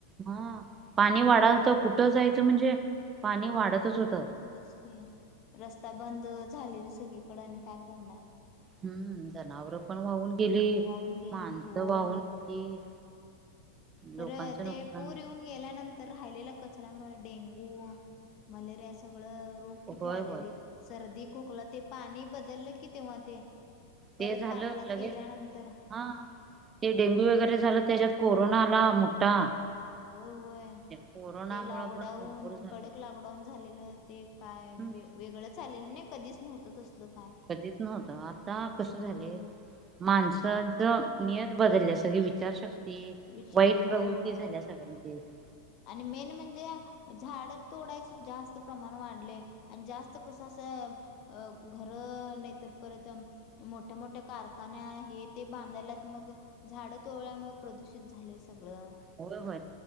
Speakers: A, on the right; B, on the left.
A: हा पाणी वाढाल तर कुठं जायचं म्हणजे पाणी वाढतच होत.
B: होच की रस्ता बंद झालेला सगळी कडं आणि काय करणार.
A: हम्म, जनावरं पण वाहून गेली,
B: वाहून गेलीत
A: माणसं
B: होय.
A: वाहून गेली.
B: खरं
A: लोकांचं
B: ते
A: नुकसान
B: पूर येऊन गेल्यानंतर राहिलेलं कचरामुळे डेंगू मलेरिया सगळं रोग
A: होय
B: किती आलेली
A: होय
B: सर्दी खोकला ते पाणी बदललं कि तेव्हा ते परत
A: ते झालं
B: पात्रात
A: लगेच
B: गेल्यानंतर
A: हा ते डेंग्यू वगैरे झालं त्याच्यात कोरोना आला मोठा
B: होय होय.
A: त्या कोरोनामुळे
B: ते लॉकडाऊन
A: पण भरपूर झालं
B: कडक लॉकडाऊन झालेलं ते काय
A: हम्म,
B: वे वेगळंच आलेलं नाही कधीच नव्हतं तसल काय.
A: कधीच नव्हतं आता कसं
B: होय
A: झालंय माणसांच नियत बदलल्या सगळी विचारशक्ती
B: विचार
A: वाईट
B: होय
A: प्रवृत्ती
B: होय.
A: झाल्यास. <unintelligible>
B: आणि मेन म्हणजे झाड तोडायचे जास्त प्रमाण वाढले आणि जास्त कसं असं अ घरं नाही तर परत अम मोठ्या-मोठ्या कारखान्या हे ते बांधायलात मग झाडं तोळ्यामुळे प्रदूषित झालंय सगळं.
A: हो हो.